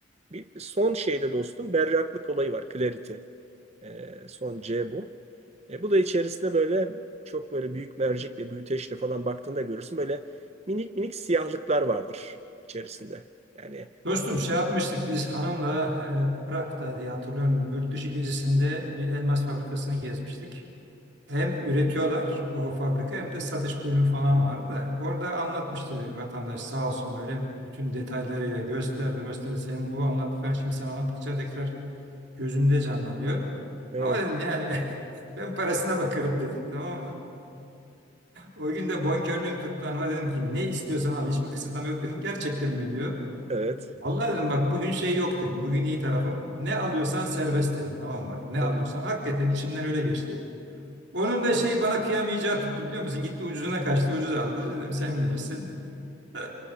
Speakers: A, on the right; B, on the right.
A: Bir son şeyde dostum berraklık olayı var. Clarity. Ee, son C bu. E, bu da içerisinde böyle çok böyle büyük mercekle, büyüteçle falan baktığında görürsün. Böyle minik minik siyahlıklar vardır içerisinde. Yani
B: Dostum şey yapmıştık biz hanımla e, Prag'da diye hatırlıyorum yurt dışı gezisinde bir elmas fabrikasını gezmiştik. Hem üretiyorlar o fabrika hem de satış bölümü falan vardı da orada anlatmıştı vatandaş sağ olsun böyle bütün detaylarıyla gösterdi gösterdi senin bu anlattıkların şimdi sen anlattıkça tekrar gözümde canlanıyor.
A: evet,
B: Ama dedim ya <laughs> ben parasına bakarım dedim tamam mı? O gün de bonkörlüğüm tuttu hanıma dedim ki ne istiyorsan al hiçbir kısıtlama yok dedim. Gerçekten mi diyor.
A: evet,
B: Vallahi dedim bak bugün şey yok dedim. Bugün iyi tarafım. Ne alıyorsan serbest dedim. Tamam mı? bak ne
A: evet.
B: alıyorsan hakikaten içimden öyle geçti. Onun da şey bana kıyamayacağı tuttu biliyor musun? Gitti ucuzuna kaçtı ucuz aldı. Dedim sen bilirsin. <laughs>